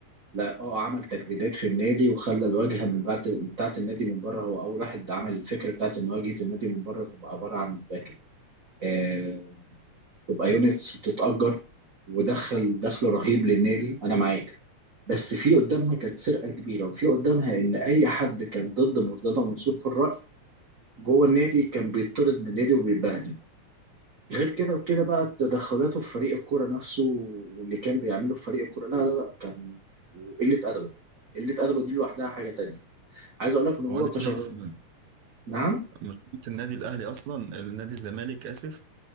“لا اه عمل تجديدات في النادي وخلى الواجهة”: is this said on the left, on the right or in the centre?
Right